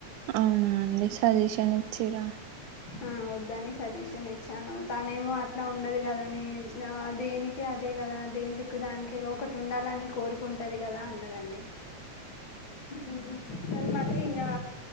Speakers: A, on the right; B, on the left.
A: అవునా అండి సజెషన్ ఇచ్చిరా
B: ఆ వద్దని సజెషన్ ఇచ్చాను తనేమో అట్లా ఉండదు కదనే ఆ దేనికి అదే కదా దేని లుక్ దానికే కదా ఒకటి ఉండాలని కోరికుంటది కదా అన్నదండి ఉమ్ కానీ మళ్ళీ ఇంగా